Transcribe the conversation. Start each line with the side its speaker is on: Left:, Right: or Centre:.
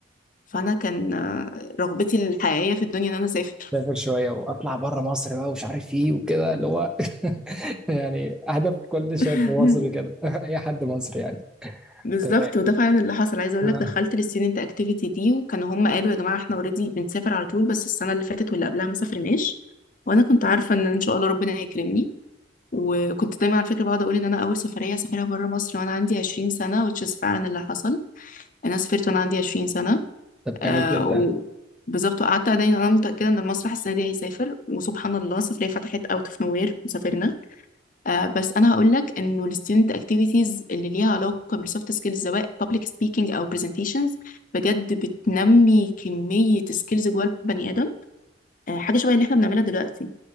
Left: فانا كان آه، رغبتي الحقيقيه في الدنيا ان انا اسافر
Centre: اسافر شويه واطلع بره مصر بقى ومش عارف ايه وكده اللي هو <laughs> يعني هدف كل
Left: <laughs>
Centre: شاب مصري كده <laughs> اي حد مصري يعني
Left: بالظبط
Centre: تمام
Left: وده فعلا اللي حصل عايزه اقول
Centre: آه.
Left: لك دخلت للستودنت اكتيفيتي دي وكانوا هم قالوا يا جماعه احنا اوريدي بنسافر على طول بس السنه اللي فاتت واللي قبلها ما سافرناش وانا كنت عارفه ان ان شاء الله ربنا هيكرمني وكنت دايما على فكره بقعد اقول ان انا اول سفريه هسافرها بره مصر وانا عندي 20 سنه which is فعلا اللي حصل انا سافرت وانا عندي 20 سنه
Centre: طب
Left: آه
Centre: جميل جدا
Left: و بالظبط وقعدت دايما انا متاكده ان المسرح السنه دي هيسافر وسبحان الله السفريه فتحت اوت اوف نوير وسافرنا آه، بس انا هقول لك انه الستودنت اكتيفيتيز اللي ليها علاقه بالسوفت سكيلز سواء public speaking او presentations بجد بتنمي كميه سكيلز جوه البني ادم آه، حاجه شبه اللي احنا بنعملها دلوقتي